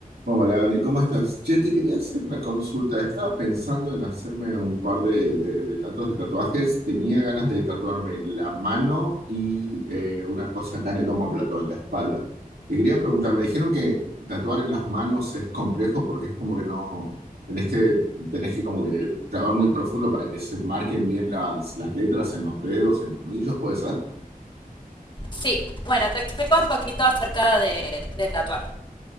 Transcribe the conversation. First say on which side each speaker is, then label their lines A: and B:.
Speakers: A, on the right; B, on the left.
A: Hola, Andy, ¿cómo estás? Che, te quería hacer una consulta. Estaba pensando en hacerme un par de, de, de tatuajes de tatuajes. Tenía ganas de tatuarme la mano y eh, una cosa acá en el plató en la espalda. Te quería preguntar, me dijeron que tatuar en las manos es complejo porque es como que no, tenés que, tenés que como que trabajar muy profundo para que se marquen bien las, las letras en los dedos, en los nudillos, ¿puede ser?
B: Sí, bueno, te explico un poquito acerca de, de tatuar.